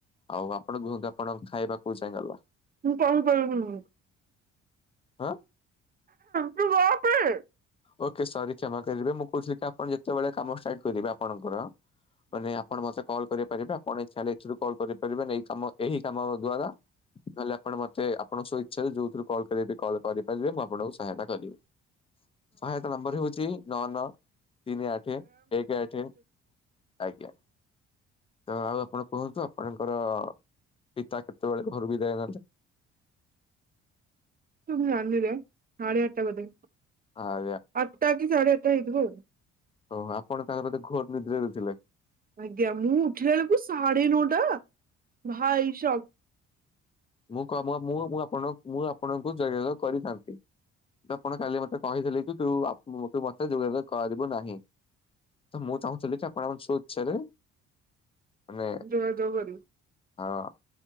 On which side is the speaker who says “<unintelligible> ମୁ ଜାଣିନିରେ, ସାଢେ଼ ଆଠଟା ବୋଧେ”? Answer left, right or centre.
Right